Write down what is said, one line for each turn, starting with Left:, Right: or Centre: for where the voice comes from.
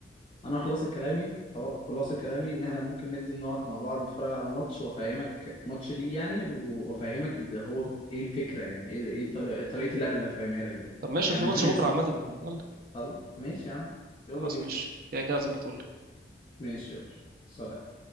Left: انا خلاص كلامي خلاص كلامي ان احنا ممكن ننزل نقعد مع بعض نتفرج على ماتش وافهمك ماتش دي يعني و- وافهمك ال- هو ب- ايه الفكره يعني ايه ايه طريقه طريقه اللعب اللي هفهمها لك دلوقتي
Right: طب ماشي
Left: يعني
Right: في
Left: لما
Right: ماتش
Left: ننزل
Right: بكره عامه يعني يلا
Left: خلاص ماشي يا عم يلا
Right: خلاص
Left: بينا
Right: ماشي كده كده اظبط
Left: ماشي يلا سلام